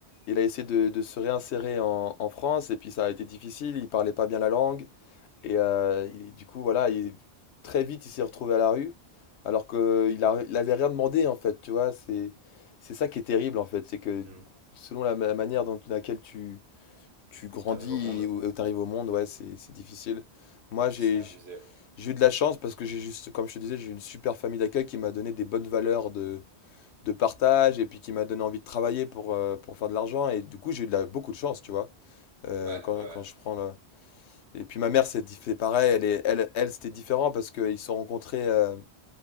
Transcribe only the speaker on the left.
Il a essayé de, de se réinsérer en, en France et puis ça a été difficile. Il parlait pas bien la langue. Et euh, il- du coup, voilà, il- très vite, il s'est retrouvé à la rue, alors qu'il a, il avait rien demandé, en fait, tu vois. C'est, c'est ça qui est terrible, en fait. C'est que
selon la, ma- manière dont laquelle tu, tu grandis
et où tu arrives au monde, ouais, c'est, c'est difficile. Moi, j'ai,
j'- j'ai eu de la chance parce que j'ai juste, comme je te disais, j'ai eu une super famille d'accueil qui m'a donné des bonnes valeurs de, de partage et puis qui m'a donné envie de travailler pour, euh, pour faire de l'argent. Et du coup, j'ai eu de la- beaucoup de chance, tu vois. Euh,
quand,
quand je prends le, et puis ma mère s'est dit- fait pareil, elle est, elle, elle c'était différent parce qu'ils se sont rencontrés, euh,